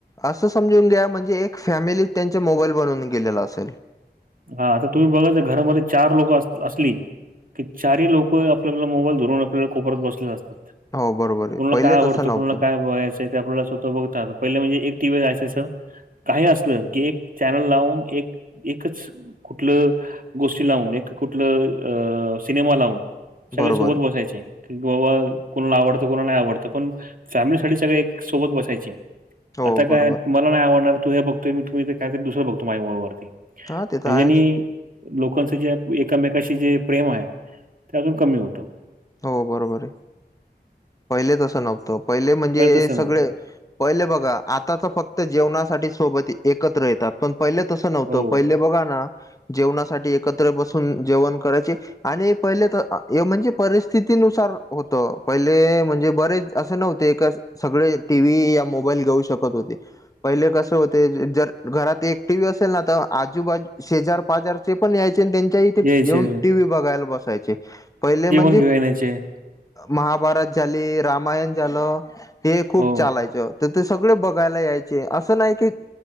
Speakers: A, on the left (about 20°); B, on the right (about 55°).
A: असं समजून घ्या म्हणजे एक फॅमिली त्यांच्या मोबाईल बनुन गेलेला असेल.
B: हा, आता तुम्ही बघायच घरामध्ये चार लोक अस असली? की चारही लोक आपल्याला मोबाईल धरून, आपल्याला कोपऱ्यात बसलेले असतात.
A: हो बरोबर आहे.
B: कुणाला
A: पहिले
B: काय आवडत?
A: तसं नव्हतं.
B: कुणाला काय हवयं? आपल्याला स्वतः बघतात. पहिलं म्हणजे एक टी व्ही असायचं. काही असलं की एक चॅनल लावून एक एकच कुठलं गोष्टी लावून, एक कुठल अ सिनेमा लावून. सगळे
A: बरोबर
B: सोबत
A: आहे.
B: बसायचे. क बाबा कोणाला आवडतं, कोणाला नाही आवडतं. पण फॅमिलीसाठी सगळे एक सोबत बसायचे.
A: हो
B: आता
A: बरोबर.
B: काय, तुमला नाय आवडणार. तू हे बघतोय. मी तू इथे काहीतरी दुसरं बघतो. माझ्या मोबाइलवरती.
A: हां, ते तर
B: हेजानी
A: आहेच.
B: लोकांच जे एकमेकाशी जे प्रेम आहे. ते अजून कमी होत.
A: हो बरोबरे. पहिले तसं नव्हतं, पहिले म्हणजे
B: तसं नव्हतं
A: सगळे पहिले बघा, आता तर फक्त जेवणासाठी सोबत एकत्र येतात. पण पहिले तसं नव्हतं.
B: हो
A: पहिले बघा ना, जेवणासाठी एकत्र बसून जेवण करायचे. आणि पहिले त म्हणजे परिस्थितीनुसार होत. पहिले म्हणजे बरेच असं नव्हते का सगळे टी व्ही या मोबाईल घेऊ शकत होते. पहिले कसं होते. जर घरात एक टी व्ही असेल ना, तर आजूबाजू शेजार पाजार ते पण यायचे त्यांच्या इथे
B: यायचे
A: येवून टी व्ही बघायला बसायचे. पहिले म्हण
B: घण्याचे <inaudible>
A: महाभारत झाले, रामायण झालं. हे खूप
B: हो
A: चालायचं. त ते सगळे बघायला यायचे. असं नाही की,